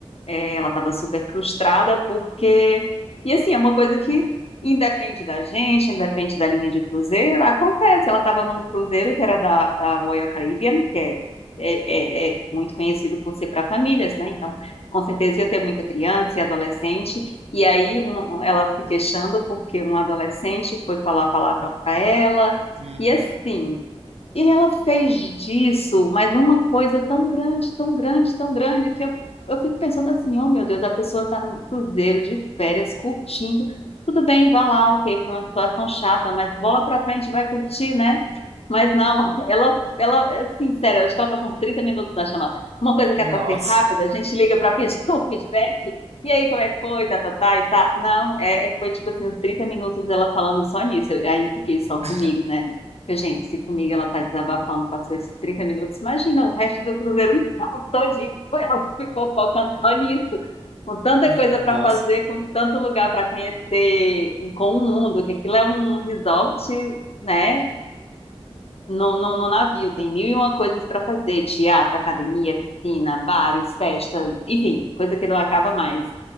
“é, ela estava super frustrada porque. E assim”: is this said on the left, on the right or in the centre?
Left